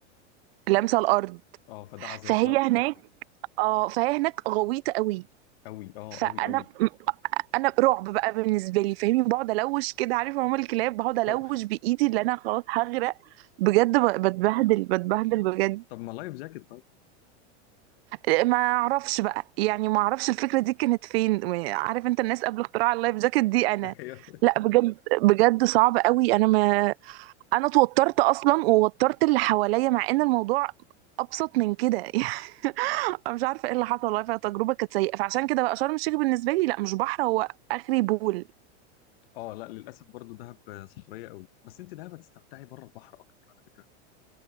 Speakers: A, on the right (about 60°); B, on the left (about 55°).
A: لامسه الارض
B: اه فده عذاب
A: فهي
B: ده في
A: هناك
B: الصخري
A: اه فهي هناك غويطه قوي
B: قوي اه
A: فانا
B: قوي قوي
A: انا رعب بقى بالنسبه لي فاهمني بقعد الوش كده عارف عموم الكلاب بقعد الوش
B: طب
A: بايدي اللي انا خلاص هغرق بجد ب- بتبهدل بتبهدل بجد
B: طب ما لايف جاكيت طيب
A: ما اعرفش بقى يعني ما اعرفش الفكره دي كانت فين عارف انت الناس قبل اختراع اللايف جاكيت دي
B: <laughs>
A: انا
B: ايوه
A: لا بجد بجد صعب قوي انا ما انا اتوترت اصلا ووترت اللي حواليا مع ان الموضوع ابسط من كده <laughs> يعني انا مش عارفه ايه اللي حصل والله فالتجربه كانت سيئه فعشان كده بقى شرم الشيخ بالنسبه لي لا مش بحر هو اخري بول
B: اه لا للاسف برضو دهب صخريه قوي بس انت دهب هتستمتعي بره البحر اكتر على فكره